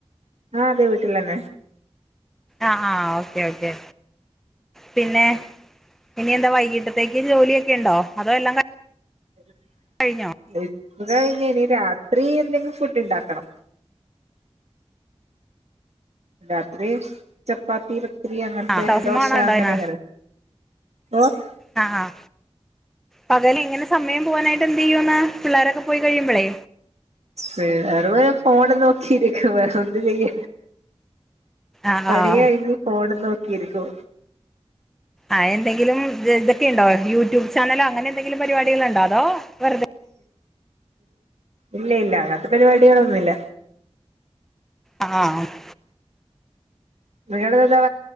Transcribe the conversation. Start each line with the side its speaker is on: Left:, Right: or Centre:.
Right: അതെ വീട്ടിലാണ്
Centre: ആഹ് ആഹ് ഓക്കേ ഓക്കെ പിന്നെ ഇനി എന്താ വൈകിട്ടത്തേക്ക് ജോലിയൊക്കെ ഇണ്ടോ അതോ എല്ലാം ക
Right: <inaudible>
Centre: കഴിഞ്ഞോ
Right: ഇപ്പ കഴിഞ് ഇനി രാത്രി എന്തെങ്കി ഫുഡ്ണ്ടാക്കണം രാത്രി ചപ്പാത്തി പത്തിരി അങ്ങത്തെ
Centre: ആഹ് സിനിമ
Right: ദോശ
Centre: കാണാറുണ്ടോ
Right: അങ്ങനെങ്ങ
Centre: അതിന്
Right: ഓഹ്
Centre: ആ ആഹ് പകൽ ഇങ്ങനെ സമയം പോവാനായിട്ട് എന്ത് ചെയ്യുന്നാ പിള്ളോരൊക്കെ പോയി കഴിയുമ്പോളെ
Right: പിള്ളേറ്പോയ ഫോണ് നോക്കിയിരിക്കും വേറെന്ത് ചെയ്യ
Centre: ആഹ്
Right: പണി
Centre: ആഹ്
Right: കഴിഞ്ഞ് ഫോണും നോക്കിയിരിക്കൂ-
Centre: ആഹ് എന്തെങ്കിലും ഇതൊക്കെയുണ്ടോ യൂട്യൂബ് ചാനലോ അങ്ങനെ എന്തെങ്കിലും പരിപാടികള്ണ്ടോ അതോ വെറുതെ
Right: ഇല്ല ഇല്ല അങ്ങനത്തെ പരിപാടിയളൊന്നുല്ല-
Centre: ആഹ് -
Right: നിങ്ങളെതാ-